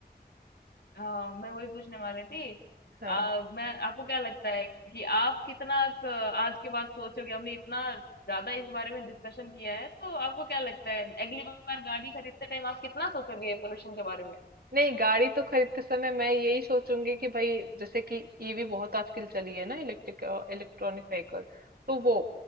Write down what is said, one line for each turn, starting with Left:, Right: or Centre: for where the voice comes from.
Left: हाँ मैं वही पूछने वाली थी
Right: हाँ।
Left: आ, मैं आपको क्या लगता है कि आप कितना क- आज के बाद सोचोगे हमने इतना ज्यादा इस बारे में डिस्कशन किया है तो आपको क्या लगता है अगली बार गाड़ी खरीदते टाइम आप कितना सोचोगे पोल्यूशन के बारे में
Right: नहीं गाड़ी तो खरीदते समय मैं यही सोचूंगी कि भाई जैसे कि ईवी बहुत आजकल चली है ना इलेक्ट्रिक इलेक्ट्रॉनिक व्हीकल तो वो